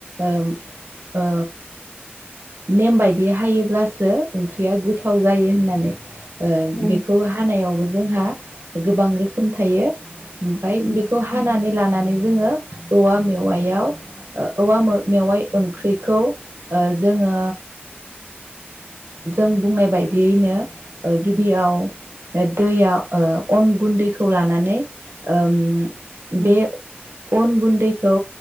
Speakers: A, on the right; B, on the left.
A: ओ ओ नेम बायदि हायोब्लासो ओंख्रिया गोथाव जायो होननानै ओ
B: उम
A: बेखौ हानायावबो जोंहा गोबां रोखोम थायो ओमफाय
B: उम
A: बेखौ हानानै ला नानै जोङो औवा मेवायाव ओ औवा मेवाय ओंख्रिखौ जोङो जों बुंनाय बायदियैनो ओ गिबियाव ओ दैया अन गुन्दैखौ लानानै ओम
B: उम
A: बे अन गुन दैखौ